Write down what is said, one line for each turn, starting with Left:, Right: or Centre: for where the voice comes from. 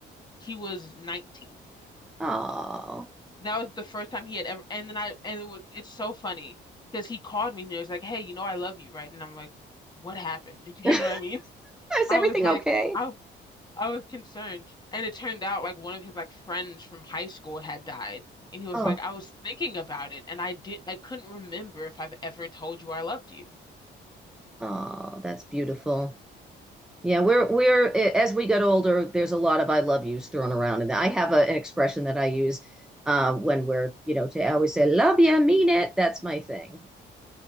Left: He was 19.
Centre: Oh,
Left: That was the first time he had ever and then I and it was it's so funny because he called me and he was like, "Hey, you know I love you, right?" And I'm like, "What happened?"
Centre: <laughs>
Left: <laughs> You
Centre: is
Left: know what I mean? I
Centre: everything
Left: was like,
Centre: okay?
Left: I I was concerned. And it turned out like one of his like friends from high school had died. And he was
Centre: Oh,
Left: like, I was thinking about it and I did I couldn't remember if I've ever told you I loved you.
Centre: oh, that's beautiful. Yeah, we're we're as we get older, there's a lot of I love yous thrown around, and I have a, an expression that I use uh, when we're you know to I always say love you, mean it. That's my thing.